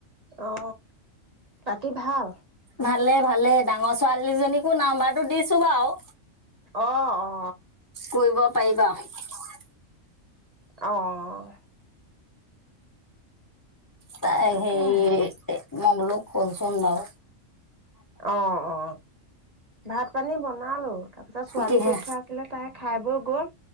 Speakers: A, on the right; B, on the left.
A: অ বাকী ভাল
B: ভালে ভালে ডাঙৰ ছোৱালীজনীকো নাম্বাৰটো দিছো বাৰু
A: অ অ
B: কৰিব পাৰিবা ।
A: অঁ
B: ত
A: তাকেহে
B: হে মই বলক শনচোন নও
A: অ অ ভাত পানী বনালো তাৰপিছত ছোৱালী
B: কিহে
A: পৰীক্ষা আছিলে তাই খাই বৈ গ'ল